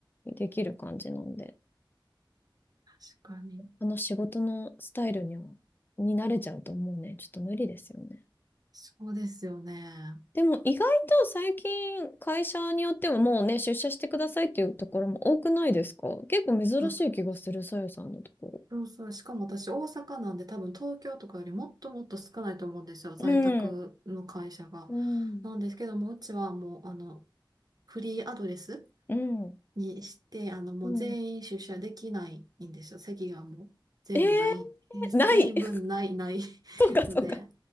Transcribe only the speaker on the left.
できる感じなんで。
あの仕事のスタイルには、に慣れちゃうともうね、ちょっと無理ですよね。
でも意外と最近会社によってはもうね、出社してくださいっていうところも多くないですか結構珍しい気がする、
さよさんのとこ
ろ。うん。うん。
うん。
うん
え
ー、ない
<laughs>
そうか、そうか。